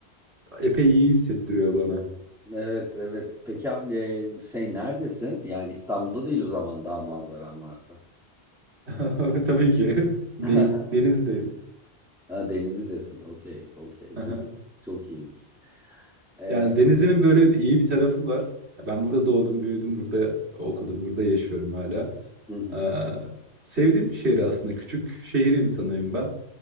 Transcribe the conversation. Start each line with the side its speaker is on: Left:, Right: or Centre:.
Right: Epey iyi hissettiriyor bana.
Centre: Evet, evet. Peki e, şey neredesin? Yani İstanbul'da değil o zaman daha manzaran varsa.
Right: <laughs> Tabii ki değil.
Centre: <laughs>
Right: Denizdeyim.
Centre: Ha, Denizli'desin. Okey, okey.
Right: Aha.
Centre: Çok çok iyiymiş. Ee,
Right: Yani denizinin böyle bir- iyi bir tarafı var. Ben burada doğdum, büyüdüm, burada okudum, burada yaşıyorum hala.
Centre: hı hı.
Right: Ee, sevdiğim bir şehir aslında. Küçük şehir insanıyım ben.